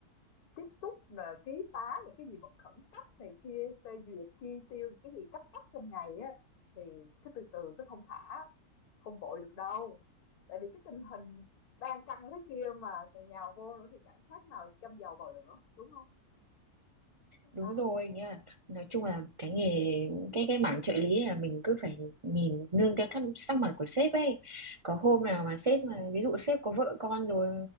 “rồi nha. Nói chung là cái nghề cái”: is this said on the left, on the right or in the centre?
Right